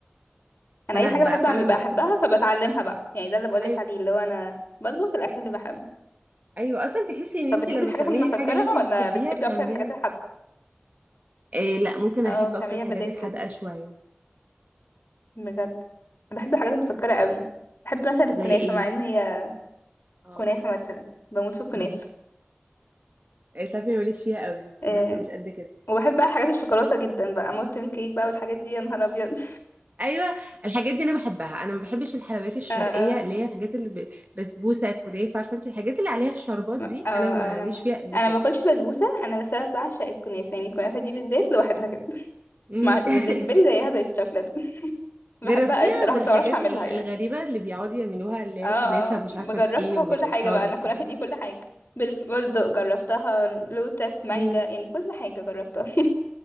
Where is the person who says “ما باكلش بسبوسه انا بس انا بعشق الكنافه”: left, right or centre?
Left